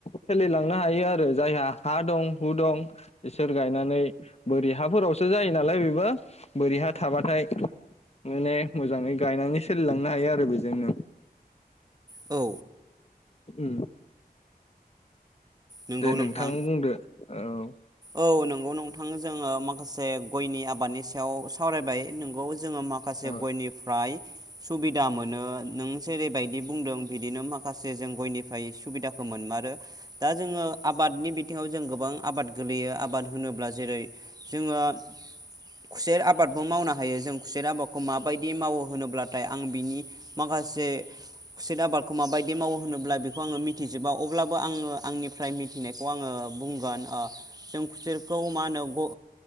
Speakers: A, on the left; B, on the right.
A: सोलिलांनो हायो आरो जायहा हा दं हु दं बिसोर गायनानै बोरै हाफोरावसो जायो नालाय बेबो बोरै ह थाबाथाय माने मोजाङै गायनानै सोलिलांनो हायो आरो बेजोंनो।
B: औ
A: उम
B: नंगौ
A: दे
B: नोंथां
A: बुंदो औ
B: औ नंगौ नोंथां जोङो माख माखासे गयनि आबादनि सायाव सावरायबाय नंगौ जोङो माखासे
A: औ
B: गयनिफ्राय सुबिदा मोनो नों जेरैबायदि बुंदों बिदिनो माखासे जों गयनिफाय सुबिदाखौ मोनमारो। दा जोङो आबादनि बिथिङाव जों गोबां आबाद गोलैयो आबाद होनोब्ला जेरै जोङो खुसेर आबादबो मावनो हायो जों खुसेर आबादखौ माबायदि मावो होनोब्लाथाय आं बिनि माखासे खुसेर आबादखौ माबायदि मावो होनोब्ला बेखौ आङो मिथिजोबा अब्लाबो आङो आंनिफ्राय मिथिनायखौ आङो बुंगोन ओ- जों खुसोरखौ मा होनो ग